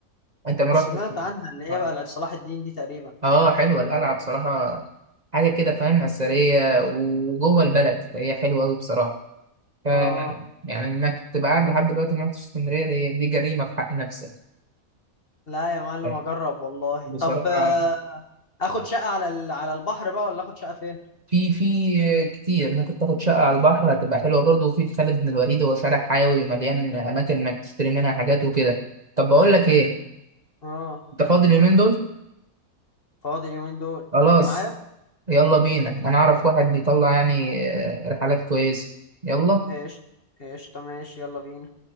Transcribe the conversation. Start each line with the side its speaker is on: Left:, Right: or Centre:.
Right: انت ما رحتش
Left: سمعت عنها اللي هي
Right: اه
Left: بقى بتاعت صلاح الدين دي تقريبا
Right: آه، حلوه القلعه بصراحه حاجه كده فاهم اثريه وجوه البلد فهي حلوه قوي بصراحه ف
Left: اه
Right: يعني انك تبقى قاعد لحد دلوقتي ما رحتش اسكندريه دي دي جريمه في حق نفسك
Left: لا يا معلم
Right: لا،
Left: اجرب والله
Right: بصراحه
Left: طب آه، اخد شقة على ال... على البحر بقى ولا اخد شقة فين
Right: في في كتير ممكن تاخد شقه على البحر هتبقى حلوه برضه وفي في خالد بن الوليد هو شارع حيوي مليان اماكن انك تشتري منها حاجات وكده طب بقول لك ايه
Left: اه
Right: انت فاضي اليومين دول
Left: فاضي اليومين دول
Right: خلاص
Left: تيجي معايا
Right: يلا بينا انا اعرف واحد بيطلع يعني آه، رحلات كويسه يلا
Left: ايش ايش طب ماشي يلا بينا